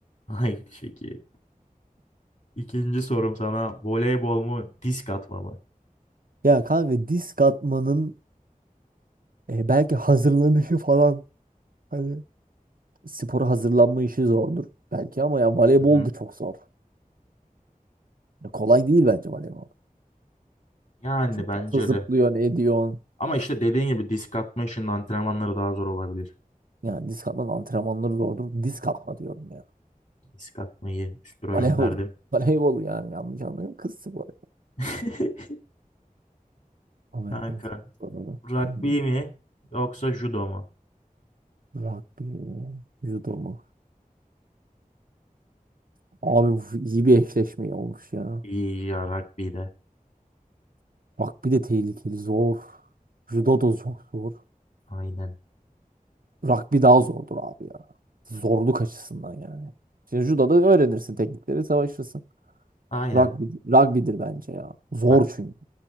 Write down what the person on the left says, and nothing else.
<laughs> Aynı şekilde. İkinci sorum sana voleybol mu disk atma mı?
Hı hı.
Yani
bence
de
Ama işte dediğin gibi disk atma işinin antrenmanları daha zor olabilir.
Disk atmayı
üstüra
gönderdim.
<laughs>
Kanka,
rugby
mi yoksa judo mu?
İyi ya rugby de.
Aynen.
Aynen.
Ben,